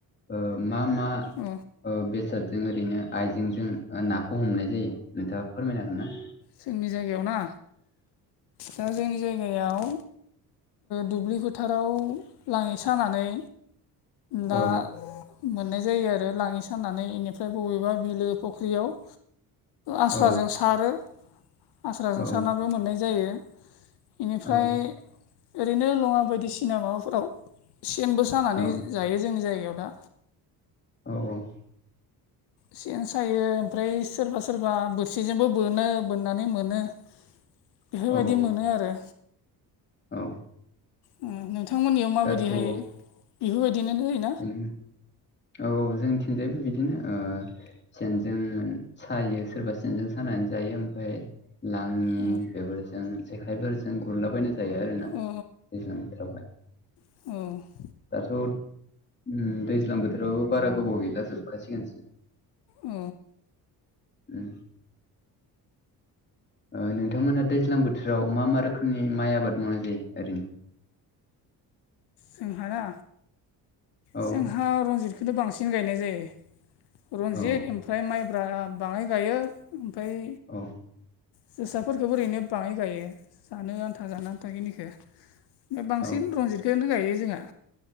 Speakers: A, on the left; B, on the left.
A: ओ मा मा
B: औ
A: ओ बेसाद जों ओरैनो आयइजेंजों नाखौ हमनाय जायो नोंथाङा फोरमायनो हागोन ना?
B: जोंनि जायगायाव ना दा जोंनि जाय गायाव दुब्लि फोथाराव लाङि सानानै
A: औ
B: दा मोननाय जायो आरो लाङि सानानै बेनिफ्राय बबेबा बिलो फुख्रियाव आस्राजों
A: औ
B: सारो आस्राजों
A: औ
B: सारनाबो मोननाय जायो बेनिफ्राय
A: औ
B: ओरैनो लङा बायदिसिना माबाफोराव सेनबो सानानै
A: औ
B: जायो जोंनि जायगायाव दा
A: औ औ
B: सेन सायो ओमफ्राय सोरबा सोरबा बोरसिजोंबो बोनो बोननानै मोनो। बेफोर
A: औ
B: बायदि मोनो आरो।
A: औ
B: उम नोंथांमोननियाव माबायदिहाय
A: दाथ'
B: बेफोर बायदिनो
A: उम औ औ जोंनिथिंजायबो बिदिनो ओ सेनजों सायो सोरबा सेनजों सानानै जायो ओमफ्राय लाङि
B: औ
A: बेफोरजों जेखाइफोरजों गुरलाबायना जायो आरोना दैज्लां
B: औ
A: बोथोरावहाय
B: औ
A: दाथ' उम दैज्लां बोथोराव बारा गोबाव गैला जोबखासिगोन
B: औ
A: उम ओ नोंथांमोना दैज्लां बोथोराव मा मा रोखोमनि माइ आबाद मावनाय जायो ओरैनो
B: जोंहा ना
A: औ
B: जोंहा रनजितखौनो बांसिन गायनाय जायो रनजित
A: औ
B: इम फ्राय माइब्रा बाङाय गायो ओमफ्राय
A: औ
B: जोसाफोरखौबो ओरैनो बाङाय गायो जानो आन्था जानो आन्था खिनिखो बांसिन
A: औ
B: रनजितखौनो गायो जोंहा